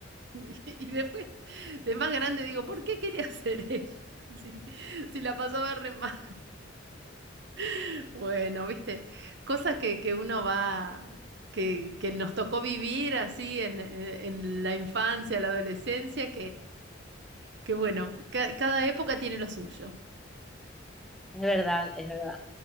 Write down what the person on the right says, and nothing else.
<laughs> y después, de más grande, digo, ¿por qué quería ser ella? <laughs> Sí, si la pasaba re mal. <laughs> Bueno, viste, cosas que, que uno va, que, que nos tocó vivir así en, en en la infancia, la adolescencia, que bueno. Ca- cada época tiene lo suyo.